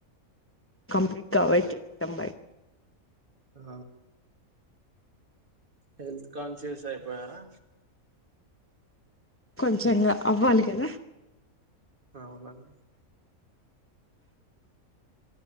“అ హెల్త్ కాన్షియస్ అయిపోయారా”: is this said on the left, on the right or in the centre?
Right